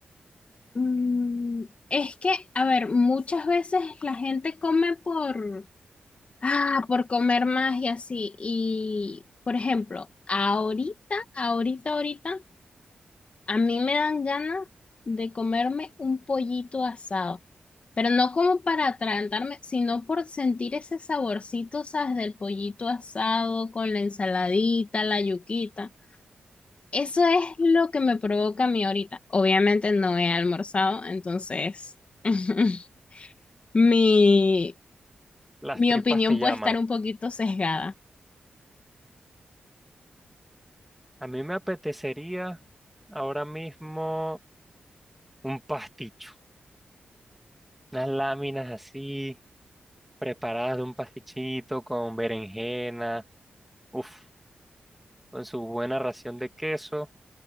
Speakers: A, on the left; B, in the centre.
A: Mm, es que, a ver, muchas veces la gente come por, ah, por comer más y así. Y, por ejemplo, ahorita, ahorita, ahorita A mí me dan ganas de comerme un pollito asado, pero no como para atragantarme, sino por sentir ese saborcito, ¿sabes? Del pollito asado con la ensaladita, la yuquita. Eso es lo que me provoca a mí ahorita. Obviamente no he almorzado, entonces <laughs> mi,
B: Las
A: mi
B: tripas
A: opinión
B: te
A: puede
B: llaman.
A: estar un poquito sesgada.
B: A mí me apetecería ahora mismo un pasticho, unas láminas así preparadas de un pastichito con berenjena, uf, con su buena ración de queso,